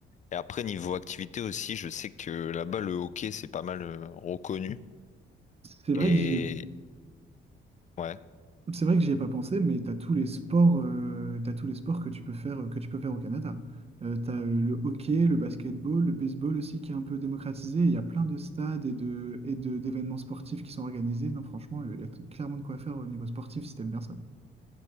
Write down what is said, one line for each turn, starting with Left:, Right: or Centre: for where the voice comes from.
Left: Et après, niveau activité aussi, je sais que là-bas, le hockey, c'est pas mal euh, reconnu.
Right: C'est vrai
Left: Et
Right: que j'y ai
Left: ouais.
Right: C'est vrai que j'y ai pas pensé, mais t'as tous les sports, euh, t'as tous les sports que tu peux faire, que tu peux faire au Canada. Euh, tu as le hockey, le basketball, le baseball aussi qui est un peu démocratisé. Il y a plein de stades et de, et de- d'événements sportifs qui sont organisés. Non, franchement, euh, il y a t- clairement de quoi faire au niveau sportif si t'aimes bien ça.